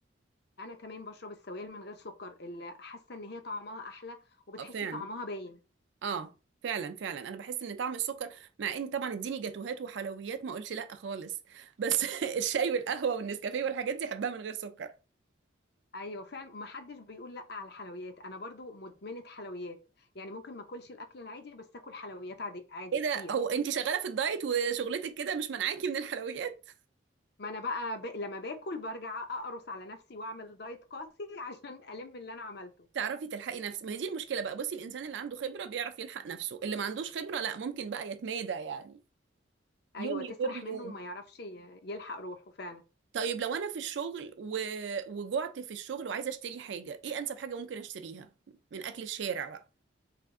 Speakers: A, on the left (about 55°); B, on the right (about 65°).
A: انا كمان بشرب السوائل من غير سكر اللي حاسه ان هي طعمها احلى وبتحسي
B: اه فعلا
A: طعمها باين
B: اه فعلا فعلا انا بحس ان طعم السكر مع ان طبعا اديني جاتوهات وحلويات ما اقولش لا خالص بس <laughs> الشاي والقهوه والنسكافيه والحاجات دي احبها من غير سكر
A: ايوه فعلا ما حدش بيقول لا على الحلويات انا برضو مدمنه حلويات يعني ممكن ما اكلش الاكل العادي بس اكل حلويات عادي عادي
B: ايه
A: كتير
B: ده هو انت شغاله في الدايت وشغلتك كده مش منعاكي من الحلويات
A: ما انا بقى ب... لما باكل برجع اقرص على نفسي واعمل دايت قاسي <laughs> عشان الم اللي انا عملته
B: تعرفي تلحقي نفسك ما هي دي المشكله بقى بصي الانسان اللي عنده خبره بيعرف يلحق نفسه اللي ما عندوش خبره لا ممكن بقى يتمادى يعني
A: ايوه
B: يوم يجر
A: تسرح
B: يوم
A: منه وما يعرفش ي- يلحق روحه فعلا
B: طيب لو انا في الشغل و... وجعت في الشغل وعايزه اشتري حاجه ايه انسب حاجه ممكن اشتريها من اكل الشارع بقى